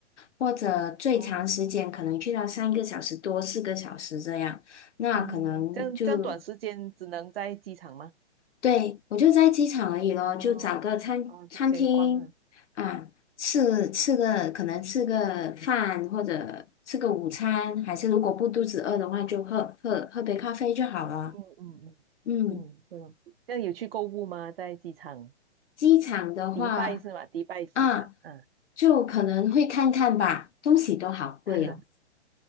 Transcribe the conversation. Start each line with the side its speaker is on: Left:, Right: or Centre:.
Left: 或者最长时间可能去到三个小时多、
Right: 哦，
Left: 四个小时这样。那可能就
Right: 嗯，这样这样短时间只能在机场吗？
Left: 对我就在机场而已咯，
Right: 哦哦，
Left: 就找个餐餐厅啊，
Right: 就闲逛啊，
Left: 吃吃个可能吃个饭或者吃个午餐，还是如果不肚子饿的话，就喝喝喝杯咖啡就好了。
Right: 嗯嗯嗯
Left: 嗯。
Right: 嗯，对哦。这样有去购物吗？在机场，
Left: 机场的话，
Right: 迪拜是吗？迪拜机场，
Left: 啊，
Right: 嗯、
Left: 就可能会看看吧，东西都好贵哦。
Right: <laughs>